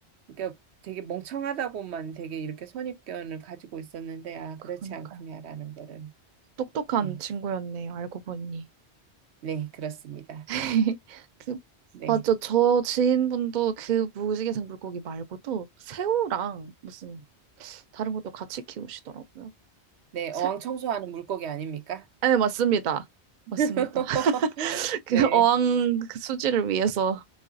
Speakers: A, on the right; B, on the right.
A: 그러니까 되게 멍청하다고만 되게 이렇게 선입견을 가지고 있었는데 아,
B: 그러니까요.
A: 그렇지 않구냐라는 거를
B: 똑똑한
A: 예.
B: 친구였네요, 알고 보니.
A: 네, 그렇습니다.
B: <laughs> 그,
A: 네.
B: 맞죠. 저 지인분도 그 무지개색 물고기 말고도 새우랑 무슨 다른 것도 같이 키우시더라고요.
A: 네,
B: 새,
A: 어항 청소하는 물고기 아닙니까?
B: 네, 맞습니다. 맞습니다.
A: <laughs>
B: <laughs> 그
A: 네.
B: 어항 그 수질을 위해서